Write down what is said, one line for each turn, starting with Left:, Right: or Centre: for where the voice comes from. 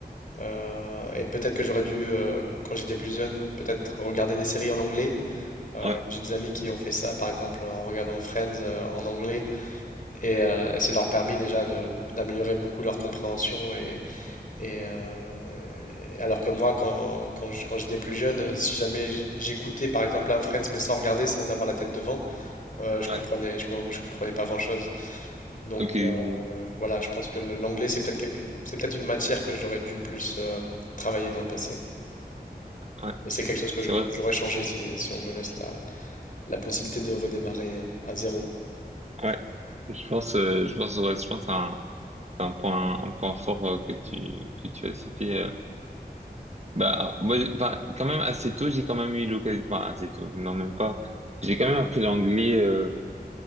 Left: euh, et peut-être que j'aurais dû, euh, quand j'étais plus jeune, peut-être regarder des séries en anglais. Euh,
Right: ouais,
Left: j'ai des amis qui ont fait ça, par exemple, en regardant Friends, euh, en anglais. Et, euh, et ça leur a permis déjà de- d'améliorer beaucoup leur compréhension. Et, et, euh, et- alors que moi, quand, quand je- quand j'étais plus jeune, euh, si jamais j- j'écoutais, par exemple, un Friends, mais sans regarder, sans avoir la tête devant, euh, je comprenais,
Right: ouais.
Left: je, com- je comprenais pas grand-chose. Donc
Right: Ok, ouais,
Left: euh, voilà, je pense que le- l'anglais, c'est peut-être que- une- c'est peut-être une matière que j'aurais dû plus euh, travailler dans le passé.
Right: ouais.
Left: Et c'est quelque chose que je-
Right: C'est vrai que,
Left: j'aurais changé si, si on me laisse la, la possibilité de redémarrer euh, à zéro.
Right: ouais. Je pense, euh, je pense, ouais, je pense à un, à un point, un point fort euh, que tu, que tu as cité. euh. Bah, moi, bah, quand même assez tôt, j'ai quand même eu l'occasion, bah, assez tôt, non, même pas. J'ai quand même appris l'anglais euh,